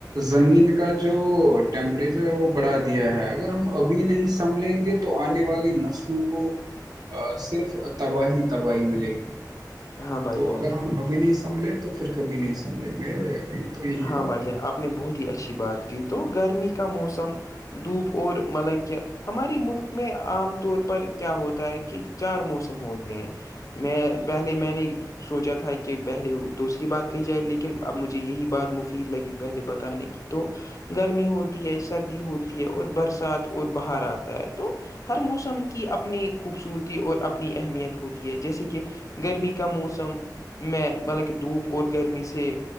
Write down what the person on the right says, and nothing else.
زمین کا جو جو ٹیمپریچر ہے وہ بڑھا دیا ہے اگر ہم ابھی نہیں سنبھ لیں گے تو آنے والی نسلوں کو صرف تباہی تباہی ملے گی
تو
اگر ہم ابھی نہیں سنبھلے تو پھر کبھی نہیں سنبھے میرے تو یہی
بات